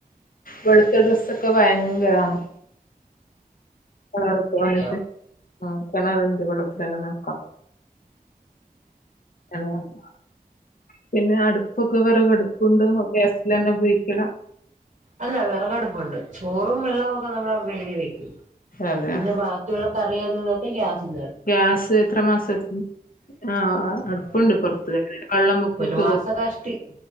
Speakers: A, on the left; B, on the right.
A: വെളുത്ത ഡ്രസ്സൊക്കെ ഭയങ്കരാണ്. കിണറൊക്കെ
B: തോന്നുന്നല്ലേ
A: വന്നിട്ട് ആ കിണർ വെള്ളത്തി തന്നെ നനക്കാം. അങ്ങനെ. പിന്നെ അടുപ്പൊക്കെ വെറകടുപ്പുണ്ടോ ഗ്യാസിലെന്നെ ഉപയോഗിക്കലാ?
B: അല്ല വിറകടുപ്പുണ്ട്. ചോറും വെള്ളവും ഒക്കെ നമ്മൾ വെളീവെക്കും.
A: അതെയാ
B: പിന്നെ ബാക്കി ക്കിയൊള്ള കറിയാളൊക്കെ ഗ്യാസിൽ.
A: ഗ്യാസ് എത്ര മാസത്തിന്? ആഹ. അടുപ്പുണ്ട് പൊറത്ത്. വെള്ളംബക്കും
B: ഒരു
A: ചോറ്
B: മാസം കഷ്ടി